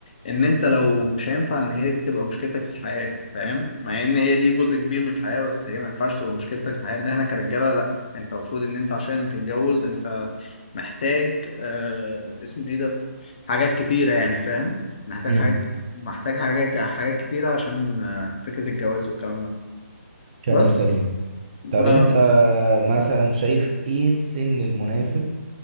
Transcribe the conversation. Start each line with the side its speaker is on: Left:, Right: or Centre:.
Left: ان انت لو مش هينفع ان هي دي تبقى مشكلتك في الحياه فاهم مع ان هي دي جزء كبير من الحياه بس هي ما ينفعش تبقى مشكلتك في الحياه ان احنا كرجاله لا انت المفروض ان انت عشان تتجوز انت محتاج آه اسمه ايه ده حاجات كتيره يعني فاهم محتاج
Right: امم
Left: حاجات محتاج حاجات حاجات كتيره عشان آه فكره الجواز والكلام ده
Right: كلام
Left: بس
Right: سليم
Left: ب...
Right: طب انت مثلا شايف ايه السن المناسب